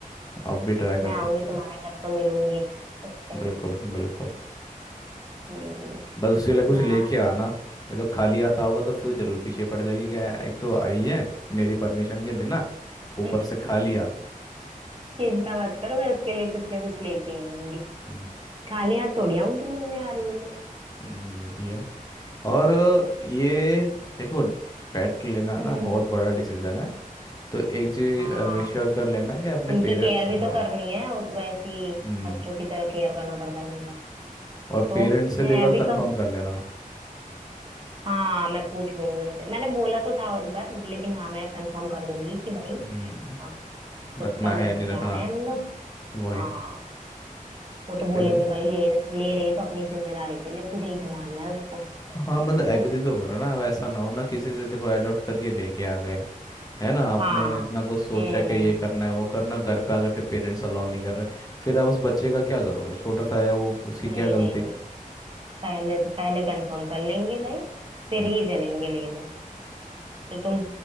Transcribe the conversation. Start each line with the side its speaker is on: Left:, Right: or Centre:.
Left: आप भी ट्राई कर
Right: मैं
Left: सकते
Right: आऊंगी
Left: हो
Right: तुम्हारे घर तो मिलूंगी उससे
Left: बिल्कुल बिल्कुल
Right: हम्म
Left: बस उसके लिए कुछ
Right: मैं
Left: लेके आना ये तो खाली आता होगा तो फिर जरूर पीछे पड़ जाएगी क्या एक तो आई है मेरी परमिशन के बिना ऊपर
Right: <laughs>
Left: से खाली
Right: चिंता मत करो मैं उसके लिए कुछ ना कुछ लेके ही आऊंगी
Left: आ
Right: खाली हाथ थोड़ी आऊंगी मिलने आ रही हो तो
Left: हम्म, ये भी है और ये देखो पेट लेना ना
Right: हम्म
Left: बहुत बड़ा डिसीजन है तो एक चीज
Right: हाँ
Left: मेक श्योर कर लेना कि अपने
Right: उनकी
Left: पेरेंट्स
Right: केयर भी
Left: से हाँ,
Right: तो करनी है उ- वैसे ही
Left: हम्म
Right: बच्चों की तरह केयर करना पड़ता है उनका
Left: और
Right: तो
Left: पेरेंट्स से
Right: है
Left: भी एक बार
Right: अभी
Left: कंफर्म
Right: तो
Left: कर लेना
Right: हाँ मैं पूछ लूंगी उनसे मैंने बोला तो था एक बार लेकिन हाँ मैं कंफर्म कर दूंगी कि भाई
Left: हम्म
Right: अ, कुत्ता
Left: रखना
Right: लेना
Left: है या नहीं
Right: चाह
Left: रखना
Right: रहे हैं हम लोग
Left: वही
Right: हाँ वो तो बोलेंगे
Left: फिर
Right: भाई ले ले रही है तो अपनी जिम्मेदारी पे ले तुझे ही संभालना है उसको
Left: हाँ मतलब एग्री
Right: <laughs>
Left: तो करो ना अब ऐसा ना हो ना किसी से देखो अडॉप्ट करके लेके आ गए है ना आपने
Right: हाँ
Left: इतना कुछ सोचा
Right: हम्म
Left: कि ये करना है वो करना घर पे आके फिर पेरेंट्स अलाउ नहीं कर रहे फिर आप उस बच्चे का क्या करोगे छोटा सा है वो उसकी
Right: नहीं
Left: क्या गलती
Right: नहीं नहीं पहले पहले कंफर्म कर लेंगे भाई फिर
Left: हम्म।
Right: ही चलेंगे लेने तो तुम